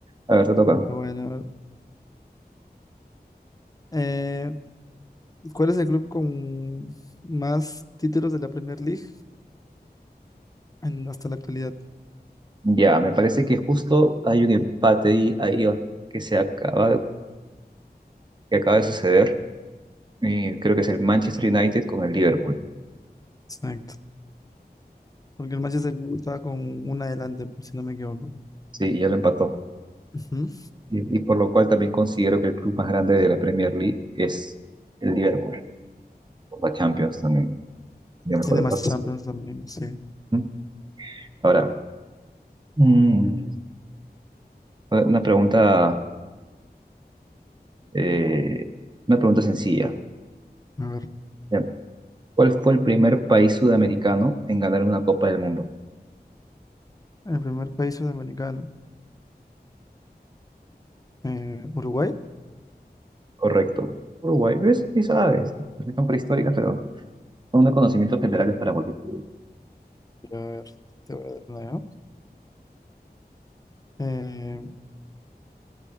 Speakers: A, on the right; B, on the left.
A: A ver, te toca.
B: Ya, Bueno, a ver. Eh, ¿cuál es el club con más títulos de la Premier League en- hasta la actualidad?
A: Ya, me parece que justo hay un empate ahí, ahí, oh, que se acaba, que acaba de suceder. Y creo que es el Manchester United con el Liverpool.
B: Exacto. Porque el Manchester me estaba con una adelante, por si no me equivoco.
A: Sí, ya lo empató.
B: Ujú.
A: Y, y por lo cual también considero que el club más grande de la Premier League es el Liverpool, o la Champions también. Yo mejor
B: Tiene
A: la
B: más
A: participación.
B: Champions también, sí.
A: ¿Mm? Ahora, mm, una pregunta, eh, una pregunta sencilla.
B: A ver,
A: Ya. ¿Cuál fue el primer país sudamericano en ganar una Copa del Mundo?
B: el primer país sudamericano, eh, Uruguay.
A: Correcto. Uruguay, ¿ves? ¿Y sabes. Son prehistóricas, pero son unos conocimientos generales para multitud.
B: A ver, te voy a dar una, ¿ya? Eh,